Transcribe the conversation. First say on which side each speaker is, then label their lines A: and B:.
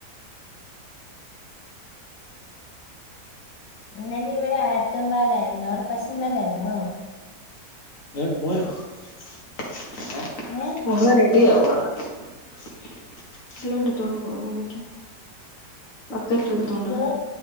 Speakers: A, on the left; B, on the left.
A: ഇന്നല ഇവിടെ ആട്ടുംപാലായിരുന്നു അവിടെ പശും പാലായിരുന്നോ?
B: ഏടെ പോയോ <unintelligible> <unintelligible>
A: ഏ
B: എടുത്തോണ്ട് പൊ പൊളിക്ക് ബക്കറ്റ് എടുത്തോണ്ട്
A: ഹലോ